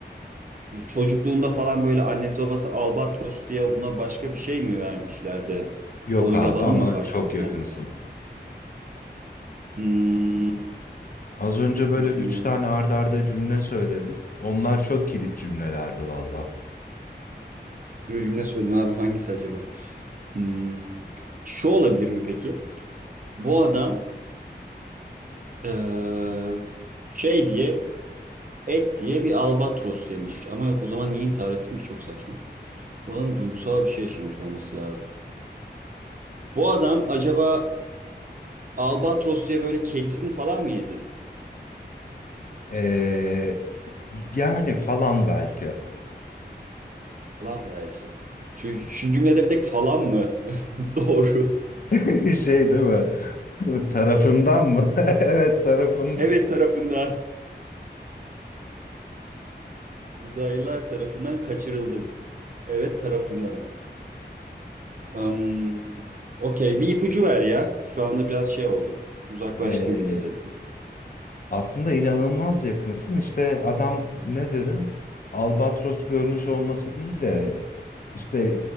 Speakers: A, on the right (about 50°); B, on the left (about 50°).
A: Çocukluğunda falan böyle annesi babası Albatros diye buna başka bir şey mi vermişler de
B: Yok
A: onu
B: abi
A: yalanı
B: ama
A: mı fark
B: çok
A: etmiş?
B: yakınsın.
A: He. Hmm,
B: Az önce böyle
A: düşünüyorum.
B: üç tane arda arda cümle söyledim. Onlar çok kilit cümlelerdi valla.
A: Bir cümle söyledim abi hangisi acaba? Hmm, şu olabilir mi peki? Bu adam eee, şey diye et diye bir albatros yemiş. Ama yok o zaman niye intihar etsin ki çok saçma. Bu adam duygusal bir şey yaşamış olması lazım. Bu adam acaba albatros diye böyle kedisini falan mı yedi?
B: Ee, yani falan belki.
A: Falan belki. Şu, şu cümlede bir tek falan mı? <laughs> Doğru.
B: <laughs> Şey değil mi? <laughs> Tarafından mı? <laughs> Evet tarafından.
A: Evet tarafından. Uzaylılar tarafından kaçırıldım. Evet tarafından. Am, okey bir ipucu ver ya. Şu anda biraz şey oldum. Uzaklaştım
B: Ee,
A: gibi hissettim.
B: aslında inanılmaz yakınsın. İşte adam ne dedin? Albatros görmüş olması değil de işte